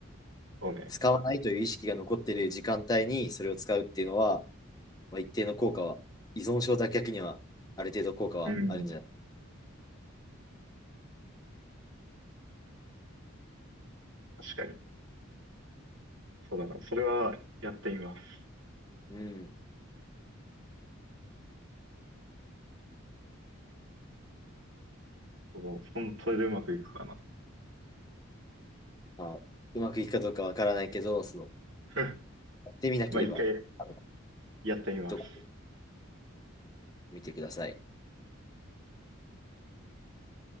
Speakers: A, on the right (about 60°); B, on the left (about 20°).
A: そうね。
B: 使わないという意識が残っている時間帯にそれを使うっていうのは、まあ、一定の効果は、依存症脱却にはある程度効果はあるんじゃない
A: うん。確かに。そうだな。それはやってみます。
B: うん。
A: そうそん、それでうまくいくかな。
B: まあ、うまくいくかどうかわからないけど、その、
A: <laughs>
B: やってみなければ、
A: まあ一回
B: あの、
A: やってみます。
B: どこ見てください。